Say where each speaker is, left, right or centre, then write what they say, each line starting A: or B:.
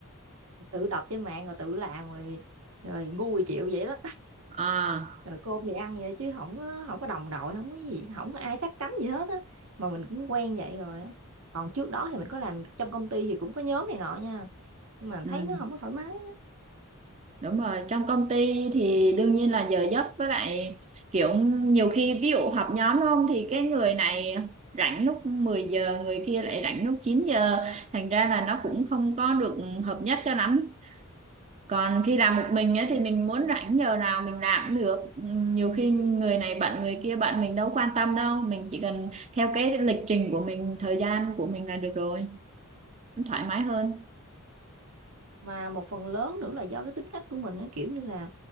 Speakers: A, on the right; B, on the right.
A: tự đọc trên mạng rồi tự làm rồi rồi ngu chịu vậy đó
B: à,
A: rồi cơm thì ăn vậy chứ không có không có đồng đội không có gì không có ai sát cánh gì hết á mà mình cũng quen vậy rồi á còn trước đó thì mình có làm trong công ty thì cũng có nhóm này nọ nha nhưng mà
B: ừ.
A: thấy nó không có thoải mái
B: đúng rồi trong công ty thì đương nhiên là giờ giấc với lại kiểu nhiều khi ví dụ họp nhóm đúng không thì cái người này rảnh lúc 10 giờ người kia lại rảnh lúc chín giờ thành ra là nó cũng không có được hợp nhất cho lắm còn khi làm một mình ấy thì mình muốn rảnh giờ nào mình làm cũng được Ừ, nhiều khi người này bận người kia bận mình đâu quan tâm đâu mình chỉ cần theo cái lịch trình của mình thời gian của mình là được rồi thoải mái hơn
A: mà một phần lớn nữa là do cái tính cách của mình á kiểu như là